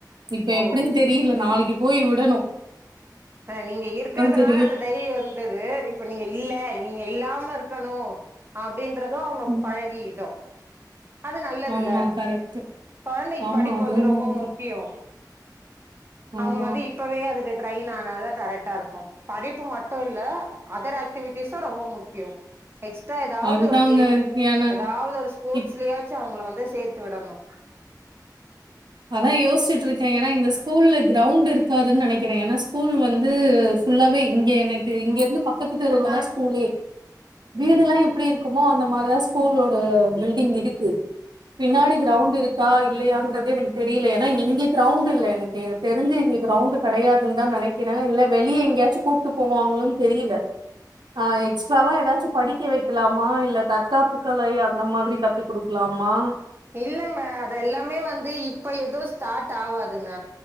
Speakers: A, on the right; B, on the right.
A: இப்ப
B: ஓ
A: எப்டின்னு தெரியல நாளெக்கு போய் விடணும்
B: அஹ் நீங்க இருக்குறதுனால
A: தெரியு
B: அந்த தைரியோ வந்தது இப்ப நீங்க இல்ல நீங்க இல்லாம விடணும் ஆ அப்டின்றது அவங்க
A: ம்
B: பழகிடு அது நல்லதுல
A: ஆமா கரெக்ட்
B: குழந்தைக்கு
A: ஆமா
B: படிப்பு
A: அதுவு
B: வந்து
A: உண்மதா
B: ரொம்ப முக்கியம்
A: ஆமா
B: அவங்க வந்து இப்பவே அதுகு ட்ரெயின் ஆனாதா கரெக்டா இருக்கு படிப்பு மட்டு இல்ல அதர் ஆக்டிவிட்டிஸு ரொம்ப முக்கியொ எக்ஸ்ட்ரா ஏதாவது
A: அதுதாங்க
B: ஒரு கேம்
A: ஏனா
B: ஏதாவது ஒரு ஸ்போர்ட்ஸ்
A: இப்
B: புருஸ அவங்கள வந்து சேத்து விடணு
A: அதா யோசிட்ருக்கே ஏனா இந்த ஸ்கூல்ல க்ரௌண்ட் இருக்காதுன் நனைக்கிறே ஏனா ஸ்கூல் வந்து ஃபுல்லாவே இங்கே எனக்கு இங்கேர்ந்து பக்கத்து தெருவுலதா ஸ்கூலே வீடுலா எப்டி இருக்குமோ அந்த மாரிதா ஸ்கூலோட பில்டிங் இடுக்கு பின்னாடி க்ரௌண்ட் இருக்கா இல் ப்ளேயாக்ரதே எனக் இல்ல ஏன்னா இங்க இங்க க்ரௌவுண்டு இல்ல எனக் தெரிஞ்சு இங்க க்ரௌவுண்டு கெடையாதுன் தா நெனக்கிற இல்ல வெளிய எங்யாச்சு கூப்ட்டு போவாங்களுன் தெரியில ஆ எக்ஸ்ட்ராவா ஏதாச்சு படிக்க வக்கலாமா இல்ல தற்காப்புகலை அந்த மாதிரி கத்து குடுக்லாமா
B: இல்லங்க அத எல்லாமே வந்து இப் இப்ப எது ஸ்டார்ட் ஆவாதுங்க